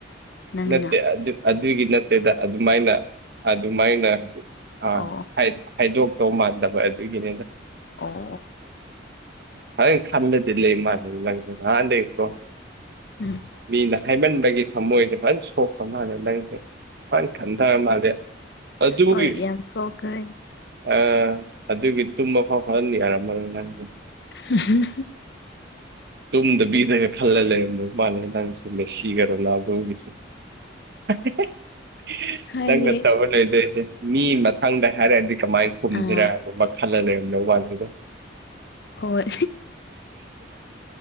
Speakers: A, on the left; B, on the right.
A: ꯅꯪꯅ
B: ꯅꯠꯇꯦ ꯑꯗꯨ ꯑꯗꯨꯒꯤ ꯅꯠꯇꯦꯗ ꯑꯗꯨꯃꯥꯏꯅ ꯑꯗꯨꯃꯥꯏꯅ ꯑꯥ
A: ꯑꯣ
B: ꯍꯥꯏꯗꯣꯛꯇꯧ ꯃꯥꯟꯗꯕ ꯑꯗꯨꯒꯤꯅꯤꯗ
A: ꯑꯣ
B: ꯐꯖꯅꯗꯤ ꯈꯝꯂꯗꯤ ꯂꯩ ꯃꯥꯜꯂꯦ ꯅꯪꯁꯦ ꯅꯍꯥꯟꯗꯩ ꯀꯣ
A: <inaudible>
B: ꯃꯤꯅ ꯍꯥꯏꯃꯟꯕꯒꯤ ꯊꯝꯃꯣꯏꯗꯤ ꯐꯖꯅ ꯁꯣꯛꯄ ꯃꯥꯥꯟꯅꯦ ꯅꯪꯁꯦ ꯐꯟ ꯈꯟꯗꯔ ꯃꯥꯜꯂ‌ꯦ ꯑꯗꯨꯒꯤ
A: ꯍꯣꯏ ꯌꯥꯝ ꯁꯣꯛꯈ꯭ꯔꯦ
B: ꯑ ꯑꯗꯨꯒꯤ ꯇꯨꯝꯕ ꯐꯥꯎ ꯐꯅ ꯌꯥꯔꯝꯃꯔ‌ꯦꯏ ꯅꯪ
A: <unintelligible>
B: ꯇꯨꯝꯗꯕꯤꯗꯒ ꯈꯜꯂ ꯂꯩꯔꯝꯕ ꯃꯥꯅꯦ ꯅꯪꯁ‌ꯦ ꯃ‌ꯦꯁꯤꯒ ꯔ‌ꯣꯅꯥꯗꯣꯝꯒꯤꯁꯦ <inaudible>
A: ꯍꯥꯏꯗꯤ
B: ꯅꯪꯅ ꯇꯧꯔ ꯂꯩꯗꯣꯏꯁꯦ ꯃꯤ ꯃꯊꯪꯗ ꯍꯥꯏꯔꯗꯤ ꯀꯃꯥꯏꯅ ꯈꯨꯝꯁꯤꯔ
A: ꯑꯥ
B: ꯃꯈ ꯈꯜꯂ ꯂꯩꯔꯝ ꯗꯧ ꯃꯜꯂ‌ꯦꯕ‌ꯣ
A: ꯍꯣꯏ